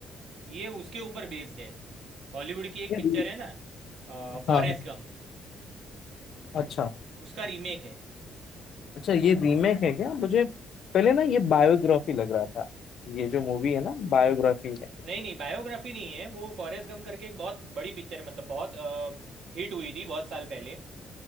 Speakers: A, on the right (about 75°); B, on the left (about 65°).
A: ये उसके ऊपर बेस्ड है हॉलीवुड की एक
B: ये
A: पिक्चर
B: री-
A: है ना फॉरेस्ट
B: हाँ हाँ
A: गंप
B: अच्छा
A: उसका रीमेक है
B: अच्छा ये रीमेक है क्या मुझे पहले ना ये बायोग्राफी लग रहा था ये जो मूवी है ना बायोग्राफी है
A: नहीं नहीं बायोग्राफी नहीं है वो फॉरेस्ट गंप करके एक बहुत बड़ी पिक्चर मतलब बहुत हिट हुई थी बहुत साल पहले